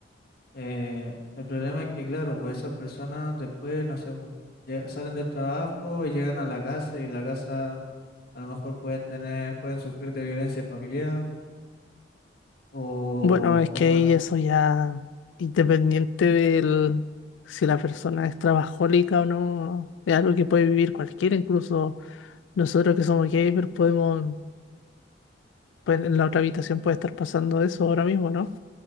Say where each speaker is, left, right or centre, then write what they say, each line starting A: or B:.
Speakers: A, on the left; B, on the left.
A: Eh, el problema es que, claro, pues esas personas después, no sé, pues, lle- salen del trabajo y llegan a la casa y en la casa a lo mejor pueden tener, pueden sufrir de violencia familiar o,
B: Bueno, es que ahí eso ya, independiente del si la persona es trabajólica o no, es algo que puede vivir cualquiera, incluso nosotros que somos gamers podemos, pues en la otra habitación puede estar pasando eso ahora mismo, ¿no?